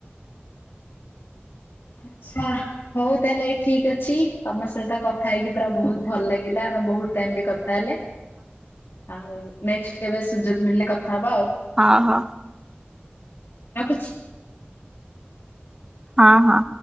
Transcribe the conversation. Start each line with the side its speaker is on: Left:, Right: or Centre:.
Left: ଆଚ୍ଛା ହଉ ତାହେଲେ ଠିକ୍ ଅଛି ତମ ସହିତ କଥା ହେଇକି ପୁରା ବହୁତ୍ ଭଲ୍ ଲାଗିଲା ଆମେ ବହୁତ୍ ଟାଇମ୍ ବି କଥା ହେଲେ ଆଉ ନେକ୍ସଟ୍ କେବେ ସୁଯୋଗ ମିଳିଲେ କଥା ହବା ଆଉ।
Right: ହଁ ହ।
Left: ରଖୁଛି।
Right: ହଁ ହଁ।